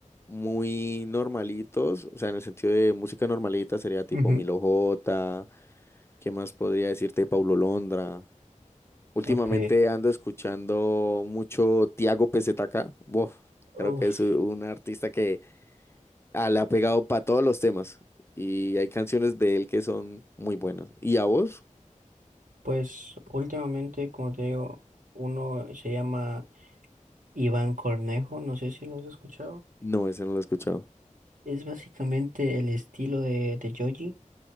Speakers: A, on the left (about 20°); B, on the right (about 85°).
A: muy normalitos, o sea, en el sentido de música normalita sería tipo
B: ujú,
A: Milo J, ¿qué más podría decirte? Paulo Londra. Últimamente
B: Ok.
A: ando escuchando mucho Tiago PZK. Buf,
B: Uf,
A: creo que es un artista que Ah, la ha pegado para todos los temas. Y hay canciones de él que son muy buenas. ¿Y a vos?
B: pues últimamente, como te digo, uno se llama Iván Cornejo, no sé si lo has escuchado.
A: No, ese no lo he escuchado.
B: Es básicamente el estilo de, de Joji,